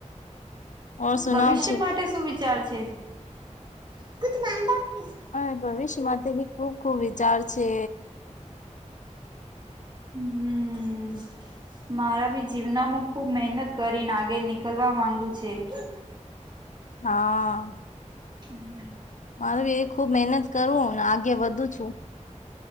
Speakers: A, on the left; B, on the right.
A: ઓર સુનાવ
B: ભવિષ્ય
A: છે
B: માટે શું વિચાર છે? <inaudible>
A: હા ભવિષ્ય માટે ભી ખૂબ ખૂબ વિચાર છે.
B: હમ્મ મારા બી જીવનામાં ખુબ મહેનત કરીને આગે નીકળવા માંગુ છે. <inaudible>
A: હા
B: હમ
A: <unintelligible>